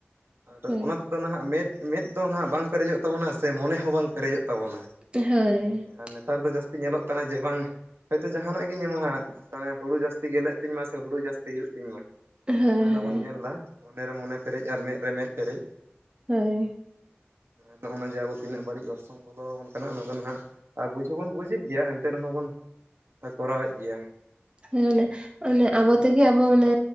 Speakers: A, on the right; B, on the right.
A: ᱟᱨ
B: ᱦᱳᱭ
A: ᱚᱱᱟ ᱛᱮᱫᱚ ᱱᱟᱦᱟᱜ ᱢᱮᱫ ᱢᱮᱫ ᱫᱚ ᱱᱟᱦᱜ ᱵᱟᱝ ᱯᱮᱨᱮᱡᱚᱜ ᱛᱟᱵᱚᱱᱟ ᱥᱮ ᱢᱚᱱᱮ ᱦᱚᱸ ᱵᱟᱝ ᱯᱮᱨᱮᱡᱚᱜ ᱛᱟᱵᱚᱱᱟ
B: ᱦᱳᱭ
A: ᱟᱨ ᱱᱮᱛᱟᱨ ᱫᱚ ᱡᱟᱹᱥᱛᱤ ᱧᱮᱞᱚᱜ ᱠᱟᱱᱟ ᱡᱮ ᱵᱟᱝ ᱦᱳᱭᱛᱳ ᱡᱟᱦᱟᱱᱟᱜ ᱜᱤᱧ ᱮᱢᱚᱜᱢᱟᱫ ᱢᱟᱱᱮ ᱦᱩᱲᱩ ᱡᱟᱹᱥᱛᱤ ᱜᱮᱞᱮᱫ ᱛᱤᱧ ᱢᱟ ᱥᱮ ᱦᱩᱲᱩ ᱡᱟᱹᱥᱛᱤ ᱦᱩᱭᱩᱜ ᱛᱤᱧ ᱢᱟ
B: ᱦᱳᱭ
A: ᱚᱱᱮ ᱚᱱᱟ
B: ᱦᱳᱭ
A: ᱵᱚᱱ ᱧᱮᱞᱫᱟ ᱢᱚᱱᱮ ᱨᱮ ᱢᱚᱱᱮ ᱯᱮᱨᱮᱡ ᱟᱨ ᱢᱮᱸᱫ ᱨᱮ ᱢᱮᱸᱫ ᱯᱮᱨᱮᱡ
B: ᱦᱳᱭ
A: ᱱᱚᱜᱼᱚᱭ ᱡᱮ ᱟᱵᱚ ᱛᱤᱱᱟᱹᱜ ᱵᱟᱹᱲᱤᱡ ᱚᱨᱥᱚᱝ ᱵᱚᱞᱚ ᱟᱵᱚᱱ ᱠᱟᱱᱟ ᱚᱱᱟ ᱫᱚ ᱱᱟᱦᱟᱜ ᱟᱨ ᱵᱩᱡᱽ ᱦᱚᱸᱵᱚᱱ ᱵᱩᱡᱮᱫ ᱜᱮᱭᱟ ᱮᱱᱛᱮ ᱨᱮᱦᱚᱸᱵᱚᱱ ᱠᱚᱨᱟᱣᱮᱫ ᱜᱮᱭᱟ
B: ᱦᱮᱸ ᱢᱟᱱᱮ ᱚᱱᱮ ᱟᱵᱚ ᱛᱮᱜᱮ ᱟᱵᱚ ᱢᱚᱱᱮ